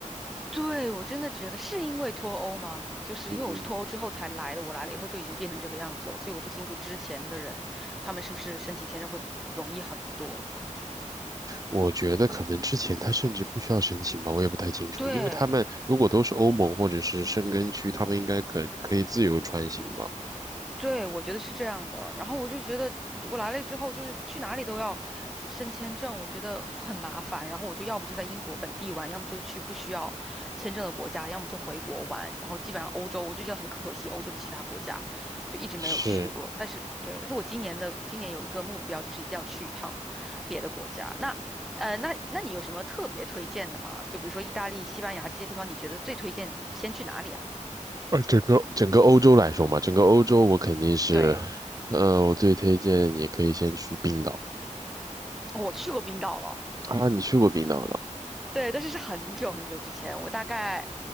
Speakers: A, in the centre; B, on the right.
A: 对，我真的觉得是因为脱欧吗？就是因为我是脱欧之后才来的，
B: 嗯。
A: 我来了以后就已经变成这个样子了，所以我不清楚之前的人他们是不是申请签证会容易很多。
B: 我觉得可能之前他甚至不需要申请吧，我也不太清楚，
A: 对。
B: 因为他们如果都是欧盟或者是申根区，他们应该可可以自由穿行吧？
A: 对，我觉得是这样的。然后我就觉得我来了之后，就是去哪里都要申签证，我觉得很麻烦。然后我就要不就在英国本地玩，要么就去不需要签证的国家，要么就回国玩。然后基本上欧洲，我就觉得很可惜，欧洲的其他国家就一直没有去过。
B: 是，
A: 但是对，但是我今年的今年有一个目标，就是一定要去一趟别的国家。那呃，那那你有什么特别推荐的吗？就比如说意大利、西班牙这些地方，你觉得最推荐先去哪里啊？
B: 呃，整个整个欧洲来说嘛，整个欧洲我肯定是，
A: 对，
B: 呃，我最推荐你可以先去冰岛
A: 我去过冰岛了。
B: 啊，你去过冰岛了？
A: 对，但是是很久很久之前，我大概，